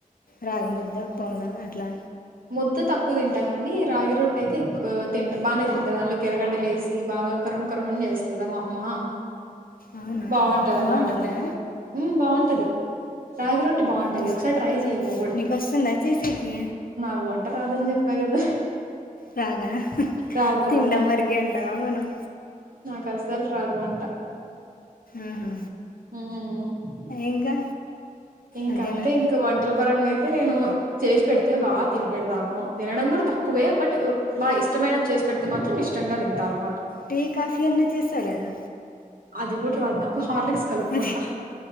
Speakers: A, on the left (about 85°); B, on the right (about 80°).
A: రాగిముద్ద పొంగల్ అట్లా
B: ముద్ద తక్కువ తింట గాని రాగి రొట్టె అయితే ఎక్కువ తింట బాగానే తింటా దానిలోకి ఎరగడ్డలులేేసి బాగా ఇల కరుం కరుం అని చేస్తది మా అమ్మా
A: అవునా
B: బాగుంటది అన్నమాట
A: బాగుంటుందా
B: తినడం ఉమ్ బాగుంటది రాగి రొట్టె బాగుంటది
A: వస్
B: ఒకసారి ట్రై చెయ్య నువ్వు కూడా
A: నీకు వస్తుందా చేసేకి
B: పో వంట రాదని చెప్పావు కదా
A: రాదా
B: రాదు
A: తినడం
B: రాదు
A: వరికే అంటావా మనం
B: కసలు రాదు వంట
A: ఆహా.
B: ఉమ్ ఉమ్
A: ఇంకా
B: ఇంక
A: అంతేనా
B: అంతే ఇంకా వంటల పరంగా అయితే అయితే నేను చేసి పెడితే బాగా తిని పెడతాను తినడం కూడా తక్కువే బట్ బాగా ఇష్టమైనవి చేస్తే పెడితే మాత్రం ఇష్టంగా తింటాము
A: టీ కాఫీ అన్నా చేస్తా లేదా
B: అది కూడా రాదు నాకు హార్లిక్స్ కలుపుకుంటా
A: అది